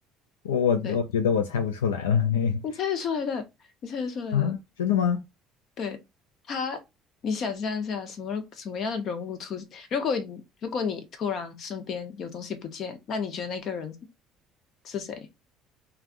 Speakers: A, on the left; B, on the left.
A: 我我我觉得我猜不出来了。
B: 对，
A: 嘿
B: 你猜得出来的，你猜得出来的。
A: 啊，真的吗？
B: 对他，你想象一下，什么什么样的人物出？如果你如果你突然身边有东西不见，那你觉得那个人是谁？